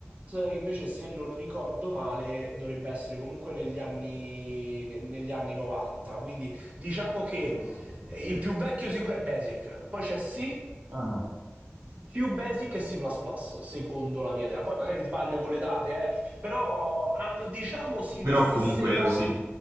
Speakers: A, on the right; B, on the right.
A: invece se non ricordo male dovrebbe essere comunque negli anni, ne- negli anni 90. Quindi diciamo che
B: Ah, ok.
A: eh, il più vecchio sicuro è Basic, poi c'è C,
B: Ah,
A: più Basic e C++, secondo la mia idea. Poi magari sbaglio con le date, eh. Però hanno, diciamo, sì,
B: Però
A: le stesse
B: comunque
A: età,
B: sì,